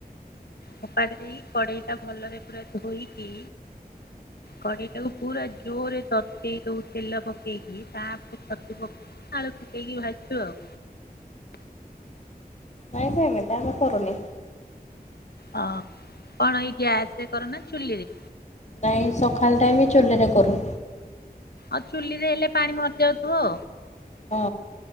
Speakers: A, on the left (about 80°); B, on the left (about 45°).
A: ଫୋପାଡି ଦେଇ କଡେଇ ଟା ଭଲରେ ପୁରା ଧୋଇକି କଡେଇଟାକୁ ପୁରା ଜୋରରେ ତତେଇ ଦଉ ତେଲ ପକେଇକି ତାପରେ ଛତୁ ପକେଇ ଆଳୁ ପକେଇକି ଭାଜୁ ଆଉ
B: ନାଇଁ ସେମିତି ଆମେ କରୁନି।
A: ଅ କଣ ଏଇ ଗ୍ୟାସ ରେ କର ନା ଚୁଲିରେ?
B: ନାଇଁ ସଖାଳ ଟାଇମ୍ ଚୁଲିରେ କରୁ।
A: ଆଉ ଚୁଲିରେ ହେଲେ ପାଣି ମରି ଯାଉଥିବ।
B: ହଁ।